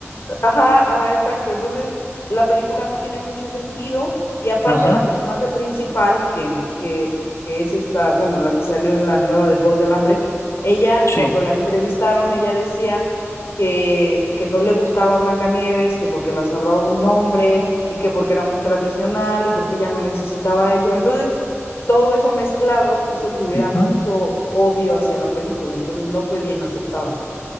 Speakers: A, on the left; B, on the left.
A: Ajá, ajá, exacto. Entonces, la película no tiene mucho sentido y aparte
B: <laughs> Ajá.
A: la personaje principal, que, que, que es esta, bueno, la que salió en la nueva de Juegos del Hambre, ella,
B: Sí.
A: cuando la entrevistaron, ella decía que, que no le gustaba Blancanieves, que porque la salvaba un hombre y que porque era muy tradicional y porque ella no necesitaba eso. Entonces, todo eso mezclado hizo que hubiera mucho
B: Ah,
A: odio hacia la película, entonces no fue bien aceptada.